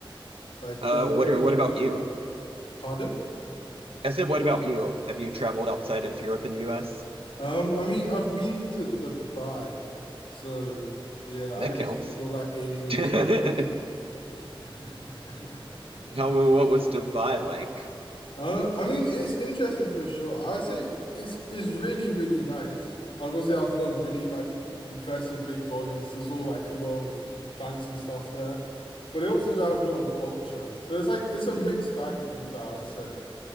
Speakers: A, on the left (about 75°); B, on the right (about 80°).
A: Like
B: Uh,
A: the weather
B: what are, what about
A: there.
B: you?
A: Pardon?
B: I said, what about you? Have you traveled outside of Europe and the US?
A: Um, I mean I've been to Dubai, so yeah,
B: That
A: I guess
B: counts.
A: sort of like Asia
B: <laughs>
A: as
B: How,
A: well. <laughs>
B: what was Dubai like?
A: Uh, I mean, it's interesting for sure. I'd say it's it's really really nice. Like obviously, I have a lot of really like impressive big buildings. It's all like a lot of fancy stuff there, but it also drives a lot of culture. So it's like it's a mixed bag to be fair, I'd say.